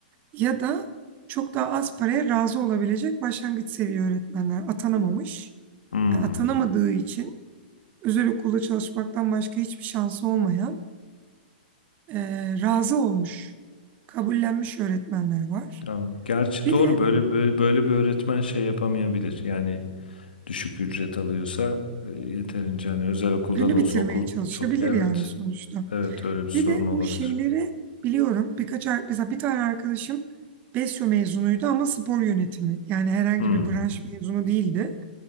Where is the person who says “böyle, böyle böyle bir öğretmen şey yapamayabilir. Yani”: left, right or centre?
Left